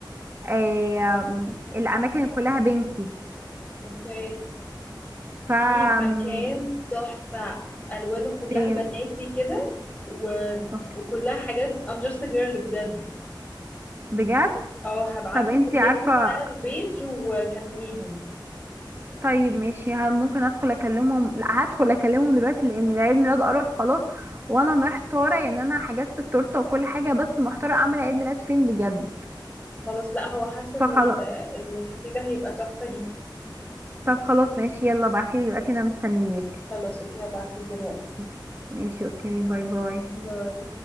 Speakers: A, on the right (about 30°); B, on the left (about 15°).
A: آم، الاماكن اللي كلها بنكي
B: اوكي
A: ف آم،
B: في مكان تحفة ألوانه كلها
A: فين
B: بناتي كده و...
A: اوكي
B: وكلها حاجات I'm just a girl بجد
A: بجد
B: اه هبعتلك
A: طب انتي
B: اللينك
A: عارفة
B: بتاع البيج وكلميهم
A: طيب ماشي ه- ممكن ادخل اكلمهم لا هدخل اكلمهم دلوقتي لان العيد ميلاد قرب خلاص وانا محتاره يعني انا حجزت التورته وكل حاجه بس محتاره اعمل عيد ميلاد فين بجد
B: خلاص لا هو حاسة ان
A: فخلاص
B: ال- الكافيه ده هيبقى تحفة ليكي
A: طب خلاص ماشي يلا ابعتيلي دلوقتي انا مستنياك
B: خلاص اوكي هبعتلك دلوقتي
A: ماشي ماشي اوكي باي باي
B: باي